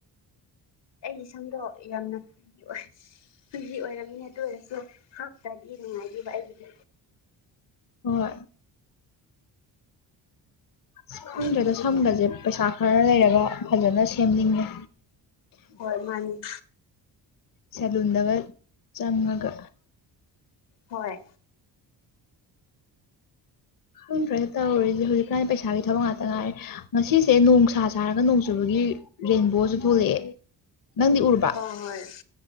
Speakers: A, on the left; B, on the left.
A: ꯑꯩꯒꯤ ꯁꯝꯗꯣ ꯌꯥꯝꯅ ꯀ ꯑꯣꯏ ꯀꯨꯖꯤ ꯑꯣꯏꯔꯝꯅꯤꯕ ꯑꯗꯨ ꯑꯣꯏꯔꯁꯨ ꯍꯥꯞꯇ꯭ꯔꯗꯤ ꯅꯨꯡꯉꯥꯏꯇꯦꯕ ꯑꯩꯒꯤꯗꯤ
B: ꯍꯣꯏ ꯑꯁ ꯈꯪꯗ꯭ꯔꯦꯗ
A: ꯑꯊꯤꯛꯄꯗꯨꯒꯤꯗꯣ
B: ꯁꯝꯒꯁꯦ ꯄꯩꯁꯥ ꯈꯔ ꯂꯩꯔꯒ ꯐꯖꯅ ꯁꯦꯝꯅꯤꯡꯉꯦ
A: ꯍꯣꯏ ꯃꯥꯅꯤ
B: ꯁꯦꯂꯨꯟꯗꯒ ꯆꯪꯉꯒ
A: ꯍꯣꯏ
B: ꯈꯪꯗꯔ꯭ꯦ ꯗ ꯇꯧꯔꯤꯁꯤ ꯍꯧꯖꯤꯛꯀꯥꯟꯗꯤ ꯄꯩꯁꯥꯒꯤ ꯊꯕꯛ ꯉꯥꯛꯇ ꯉꯥꯏꯔꯦ ꯉꯁꯤꯁꯦ ꯅꯣꯡꯁꯥ ꯁꯥꯔꯒ ꯅꯣꯡ ꯆꯨꯕꯒꯤ ꯔꯦꯟꯕꯣꯁꯨ ꯊꯣꯛꯂꯛꯑꯦ ꯅꯪꯗꯤ ꯎꯔ
A: ꯍꯣꯏ ꯍꯣꯏ